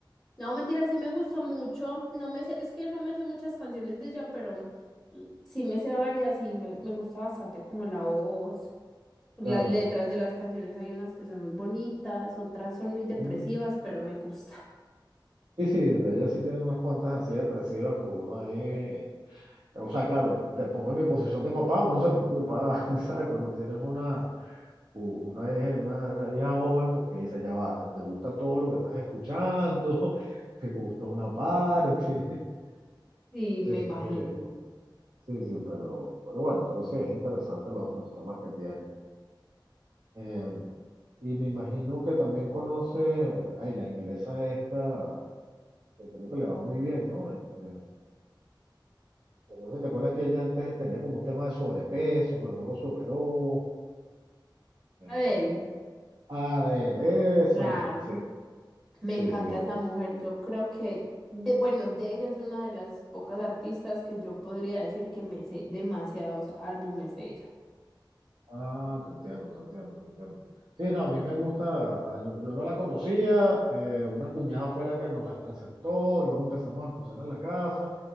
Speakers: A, in the centre; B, on the right.
A: no, mentira, sí me gusta mucho, no me sé, es que no me sé muchas canciones de ella, pero mm, sí me sé varias y me, me gusta bastante como la voz, las
B: claro.
A: letras de las canciones, hay unas que son muy bonitas, otras son muy depresivas,
B: Mm,
A: pero me gusta,
B: Y sí, ella sí tiene unas cuantas así depresivas que uno ahí O sea, claro, te pongo en mi posición de papá, uno se preocupa, <laughs> ¿sabes? Cuando tienes una u- una vieja, una, una vieja joven porque dice, ya va, te, te gusta todo lo que estás escuchando, <laughs> te gusta una parte, <laughs>
A: <laughs> sí,
B: este,
A: me imagino.
B: sí, sí, pero, pero bueno, pero sí, es interesante los, los temas que tiene. Eh, y me imagino que también conoces, ay, la inglesa esta, que creo que le va muy bien, ¿no? Este, que no sé si te acuerdas que ella antes tenía como un tema de sobrepeso, pero luego se operó. Eh,
A: Adele,
B: Adele, esa
A: claro,
B: misma, sí,
A: Me encanta
B: sí, sí.
A: esa mujer. Yo creo que, de, bueno, de ella es una de las pocas artistas que yo podría decir que me sé demasiados álbumes de ella.
B: Ah, te entiendo, te entiendo, te entiendo. Sí, no, a mí me gusta, ah, yo, yo no la conocía, eh, una cuñada fue la que nos las presentó, luego empezamos a escucharla en la casa